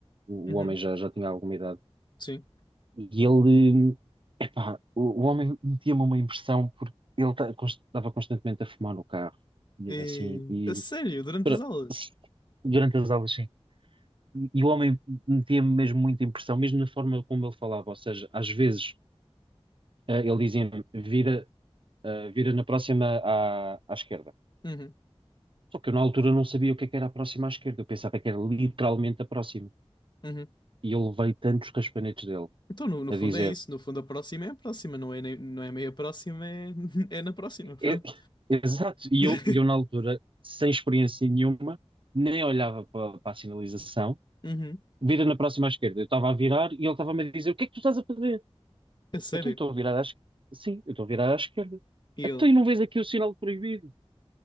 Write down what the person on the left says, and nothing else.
uhum,
sim.
E...
A sério, durante
as aulas?
Uhum,
uhum.
Então, no, no
fundo
é isso. No fundo, a próxima é a próxima, não é, nem- não é meia próxima, é, <laughs> é na próxima, pronto.
<laughs>
Uhum,
a sério?
E
ele?